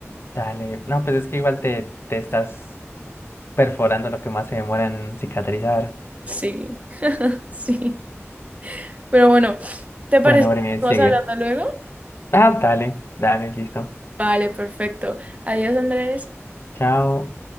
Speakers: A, on the left (about 55°); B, on the right (about 30°).
A: dale. No, pues es que igual te, te estás perforando lo que más se demora en cicatrizar.
B: Sí, <laughs> sí. Pero bueno, ¿te parece
A: Bueno,
B: que
A: Bre, sigue.
B: estamos hablando luego?
A: Ah, dale, dale, listo.
B: Vale, perfecto. Adiós, Andrés.
A: Chao.